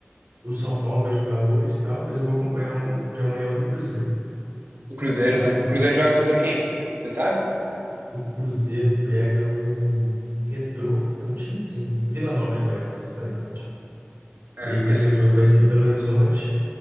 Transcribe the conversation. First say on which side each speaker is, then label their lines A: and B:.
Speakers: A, on the right; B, on the right.
A: O São Paulo vai jogar hoje e tal, mas eu vou acompanhar o de amanhã o do Cruzeiro.
B: O Cruzeiro,
A: O do
B: né?
A: Cruzeiro
B: O Cruzeiro joga contra quem? Você sabe?
A: O Cruzeiro pega o Retrô, é um time sim, Vila Nova de Goiás, na verdade.
B: Ah,
A: E aí o
B: esse...
A: primeiro jogo vai ser em Belo Horizonte,